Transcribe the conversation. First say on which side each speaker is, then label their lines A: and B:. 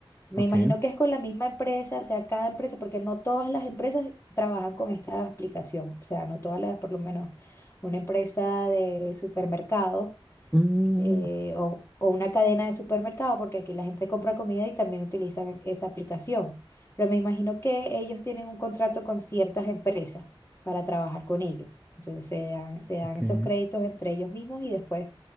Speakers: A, on the left; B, in the centre.
A: Me
B: Ok.
A: imagino que es con la misma empresa, o sea, cada empresa, porque no todas las empresas trabajan con esta aplicación, o sea, no todas las, por lo menos una empresa de supermercados
B: Mm,
A: eh, o, o una cadena de supermercado, porque aquí la gente compra comida y también utilizan esa aplicación. Pero me imagino que ellos tienen un contrato con ciertas empresas para trabajar con ellos. Entonces se dan, se dan
B: ok.
A: esos créditos entre ellos mismos y después